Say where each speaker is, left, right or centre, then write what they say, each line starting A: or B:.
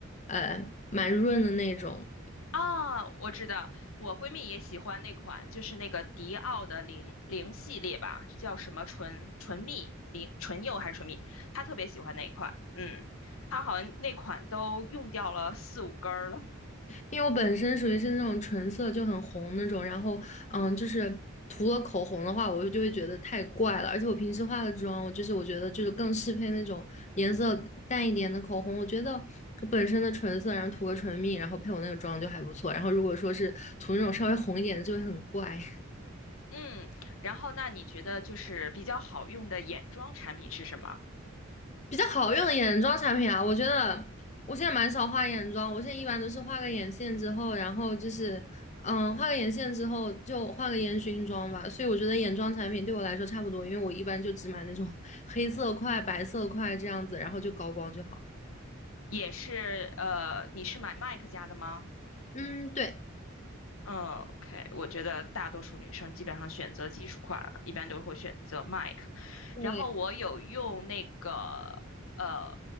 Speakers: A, on the left; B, on the left.
A: 呃蛮润的那种。
B: 啊，我知道，我闺蜜也喜欢那款，就是那个迪奥的零零系列吧，叫什么唇唇蜜零唇釉还是唇蜜，她特别喜欢那一款，嗯，她好像那款都用掉了四五根儿了，
A: 因为我本身属于是那种唇色就很红那种，然后嗯，就是涂了口红的话，我就会觉得太怪了。而且我平时化的妆，我就是我觉得就是更适配那种颜色淡一点的口红。我觉得我本身的唇色，然后涂个唇蜜，然后配我那个妆就还不错。然后如果说是涂那种稍微红一点的，就会很怪。
B: 嗯，然后那你觉得就是比较好用的眼妆产品是什么？
A: 比较好用的眼妆产品啊，我觉得我现在蛮少画眼妆，我现在一般都是画个眼线之后，然后就是嗯，画个眼线之后就画个烟熏妆吧。所以我觉得眼妆产品对我来说差不多，因为我一般就只买那种 <laughs> 黑色块、白色块这样子，然后就高光就好。
B: 也是呃，你是买 MAC 家的吗？
A: 嗯，对
B: 嗯 o k 我觉得大多数女生基本上选择基础款，一般都会选择 Mike。
A: 对，
B: 然后我有用那个，呃，